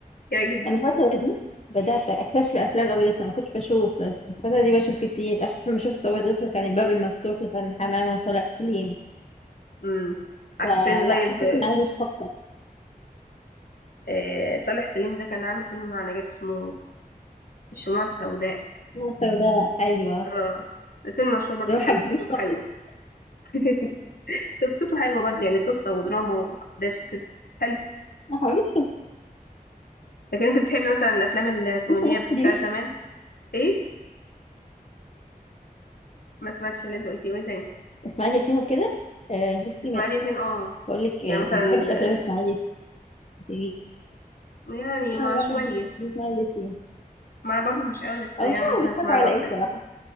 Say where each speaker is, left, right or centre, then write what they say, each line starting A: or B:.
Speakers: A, on the left; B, on the left.
A: يعجبني
B: انا الفترة دي بدأت اكتشف الافلام الابيض والأسود. انا ما كنتش بشوف بس الفترة دي بشوف كتير اخر فيلم شفته ابيض واسود كان الباب المفتوح لفرح حمامة وصالح سليم
A: امم عارفة
B: فلا
A: الفيلم طيب
B: حسيت اني عايزة اشوف اكتر
A: آه صالح سليم ده كان عامل فيلم مع نجاة اسمه الشموع السوداء
B: انا سوداء ايوه
A: اه فيلم مشهور برضو
B: ده ما
A: حلو
B: حبيتوش
A: قصته
B: خالص
A: حلوة <laughs> قصته حلوة برضو يعني قصة ودراما وأحداث وكده حلو
B: ما حبيتش
A: لكن انت بتحبي مثلا الأفلام الكوميدية
B: تمثيل صالح
A: بتاعت
B: سليم
A: زمان ايه ما سمعتش اللي انت قلتيه وايه تاني
B: <laughs> اسماعيل ياسين وكده آه، بصي
A: اسماعيل
B: ما-
A: ياسين اه
B: بقول لك
A: يعني
B: آه،
A: مثلا
B: ما بحبش
A: آه،
B: افلام اسماعيل ياسين
A: يعني ما
B: انا ما
A: شوية
B: بحبش اسماعيل ياسين
A: ما انا برضو مش قوي بس
B: او
A: يعني
B: مش عارفه
A: ممكن
B: بيضحكوا
A: اسمع
B: على
A: له افلام
B: ايه بصراحة